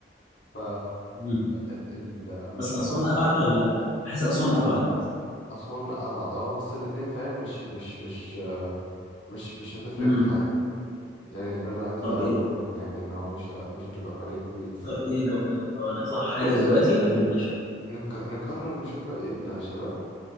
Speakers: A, on the left; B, on the left.
A: ف
B: مم.
A: ال ال مش
B: بس
A: فارقة
B: اسوان ابعد ولا حاسس اسوان ابعد
A: أسوان أبعد اه بس الاتنين فاهم مش مش مش مش مش هتفرق
B: امم
A: في حاجة يعني ده اللي عايز
B: طب
A: أقوله
B: ايه
A: لك يعني إن هو مش ه- مش هتبقى فرق كبير
B: نختار ايه لو هن- لو هنطلع حاجه
A: بص
B: دلوقتي قبل ما نختار
A: نك نكرر نشوف باقي الشباب